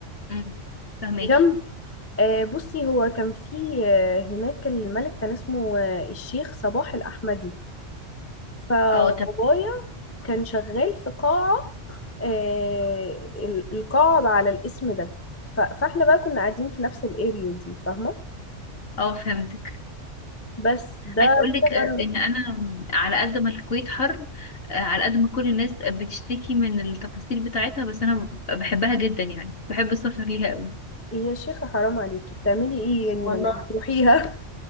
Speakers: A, on the left (about 50°); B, on the left (about 15°).
A: مم، فهماكي
B: جنب آه، بصي هو كان في آه، هناك الملك كان اسمه آه، الشيخ صباح الأحمدي فبابايا
A: اه طب
B: كان شغال في قاعة آه، ال- القاعة على الاسم ده ف- فاحنا بقى كنا قاعدين في نفس الاريا دي فاهمة
A: اه فهمتك
B: بس ده
A: عايز اقول
B: كده
A: لك آه،
B: بره
A: ان انا على قد ما الكويت حر آه، على قد ما كل الناس بتشتكي من التفاصيل بتاعتها بس انا بحبها جدا يعني بحب السفر ليها قوي
B: يا شيخة حرام عليكي بتعملي ايه يعني
A: والله
B: لما بتروحيها